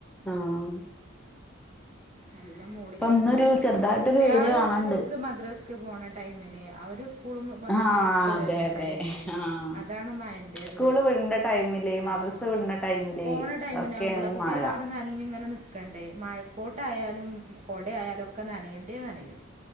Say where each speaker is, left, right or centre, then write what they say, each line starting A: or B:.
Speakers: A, in the centre; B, on the right (about 35°).
A: ആഹ
B: നല്ല മൂടിക്കറുത്ത്
A: ഇന്നൊരു
B: നിൽക്കുക
A: ചെറുതായിട്ടൊരു
B: കുട്ടികൾ
A: വെയില് കാണാണ്ട്
B: സ്കൂൾക്ക് മദ്രാസ്ക്ക് പോകണ ടൈമിനെ അവ ഒരു സ്കൂളും മദ്രസും
A: ആഹ്
B: വിട്ട്
A: അതെ
B: വരുന്ന
A: അതെ
B: ടൈമിന്
A: ആഹ്
B: അതാണ് മയ്റെ
A: സ്കൂള്
B: ഒരു
A: വിടണ്ട ടൈമില് മദ്രസ
B: ആഹ
A: വിടണ ടൈമില്
B: പോണ ടൈമിന
A: ഒക്കെയാണ്
B: ആവുമ്പോള കുട്ടികൾ
A: മഴ
B: അവിട കുഞ്ഞിങ്ങനെ നൽക്കണ്ടേ മഴക്കോട്ടായയാലും കൊടയാലും ഒക്കെ നനയേണ്ടേ നനയും